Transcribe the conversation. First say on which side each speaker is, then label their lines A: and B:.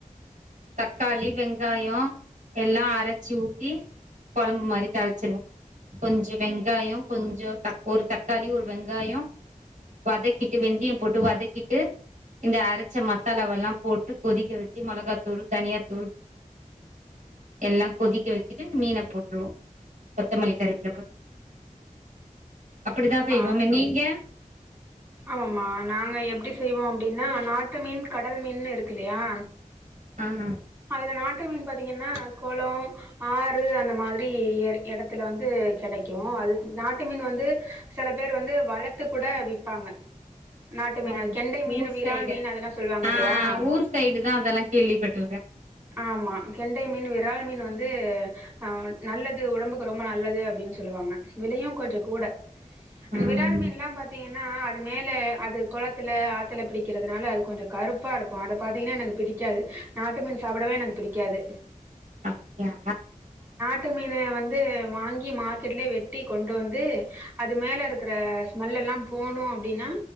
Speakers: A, on the right; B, on the right.
A: தக்காளி வெங்காயம் எல்லா அரைச்சு ஊத்தி கொழம்பு மாதிரி தாளிச்சிருவம் கொஞ்சோ வெங்காயம் கொஞ்சோ ஒரு தக்காளி ஒரு வெங்காயம் வதக்கிட்டு வெந்தம் போட்டு வதக்கிட்டு இந்த அரைச்ச மசாலாவெல்லாம் போட்டு கொதிக்க வச்சு மிளகா தூள் தனியாத்தூள் எல்லாம் கொதிக்க வச்சுட்டு மீன போட்டுருவோம் கொத்தமல்லிக் கருவேப்பில போட்டு அப்டிதா செய்வோமே
B: ஹ
A: நீங்க
B: ஆமாமா நாங்க எப்படி செய்வோ அப்டின்னா நாட்டு மீன் கடல் மீன் இருக்கு இல்லையா
A: ஆஹ்ஹ்
B: சில நாட்டு மீன் பாத்தீங்கன்னா கோள ஆறு அந்த மாதிரி இ இடத்துல வந்து கிடைக்கு அது நாட்டு மீன் வந்து சில பேர் வந்து வளர்த்து கூட விப்பாங்க நாட்டு மீன்
A: ஆஹ்
B: அது கெண்டை மீன்
A: ஊர்
B: விரால்
A: சைடு
B: மீன் அதெல்லா சொல்லுவாங்க இல்லையா
A: ஆஹ் ஊர் சைடு தான் அதெல்லாம் கேள்விப்பட்டிருக்கேன்
B: ஆமா கெண்டை மீன் விரால் மீன் வந்து ஆஹ் நல்லது உடம்புக்கு ரொம்ப நல்லது அப்படின்னு சொல்லுவாங்க விலையும் கொஞ்சம் கூட அந்த
A: ம்
B: விரால் மீன்லா பாத்தீங்கன்னா அது மேல அது குளத்துல ஆத்துல பிடிக்கிறதுனால அது கொஞ்ச கருப்பா இருக்கு அத பாத்தீங்கன்னா எனக்கு பிடிக்காது நாட்டு மின் சாப்பிடவே எனக்கு பிடிக்காது
A: அப்டியா
B: ட்டு மீனை வந்து வாங்கி மார்க்கெட்லயே வெட்டி கொண்டு வந்து அது மேலே இருக்கிற ஸ்மெல்லெல்லா போணுமஅப்டின்னா